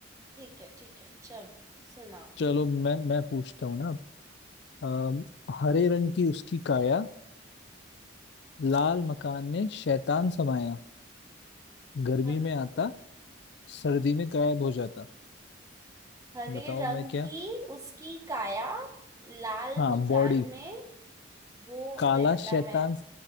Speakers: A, on the right; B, on the left.
A: ठीक है ठीक है चलो सुनाओ
B: चलो मैं मैं पूछता हूँ ना अब। अम, हरे रंग की उसकी काया लाल मकान में शैतान समाया गर्मी
A: ह-
B: में आता सर्दी में गायब हो जाता
A: हरे
B: बताओ
A: रंग
B: मैं क्या
A: की उसकी काया लाल
B: हाँ
A: मकान
B: बॉडी
A: में वो
B: काला
A: रहता
B: शैतान
A: है